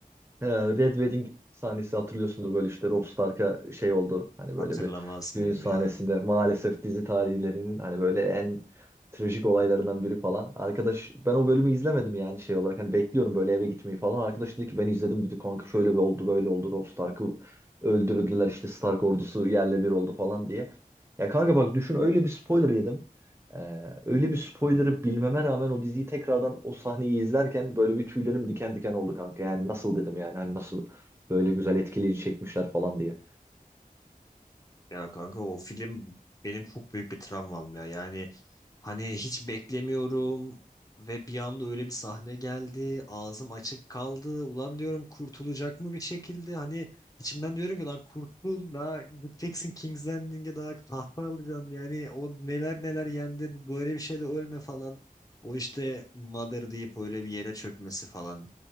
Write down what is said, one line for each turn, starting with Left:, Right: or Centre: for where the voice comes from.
Right: ee, Red Wedding sahnesi hatırlıyorsundur böyle işte Rob Stark'a şey oldu hani böyle
Left: Hatırlamaz
Right: bir düğün
Left: mıyım
Right: sahnesinde
Left: ya?
Right: maalesef dizi tarihlerinin hani böyle en trajik olaylarından biri falan. Arkadaş ben o bölümü izlemedim yani şey olarak hani bekliyorum böyle eve gitmeyi falan. Arkadaş dedi ki ben izledim dedi kanka şöyle bir oldu böyle oldu Rob Stark'ı öldürdüler işte Stark ordusu yerle bir oldu falan diye. Ya kanka bak düşün öyle bir spoiler yedim. Ee, öyle bir spoiler'ı
Left: Hı.
Right: bilmeme rağmen o diziyi tekrardan o sahneyi izlerken böyle bir tüylerim diken diken oldu kanka. Yani nasıl dedim yani hani nasıl böyle güzel etkileyici çekmişler falan diye.
Left: Ya kanka o film benim çok büyük bir travmam ya. Yani hani hiç beklemiyorum ve bir anda öyle bir sahne geldi. Ağzım açık kaldı. Ulan diyorum kurtulacak mı bir şekilde? Hani içimden diyorum ki lan kurtul da, gideceksin King's Landing'e daha tahta alacaksın. Yani o neler neler yendin böyle bir şeyde ölme falan. O işte Mother deyip öyle bir yere çökmesi falan.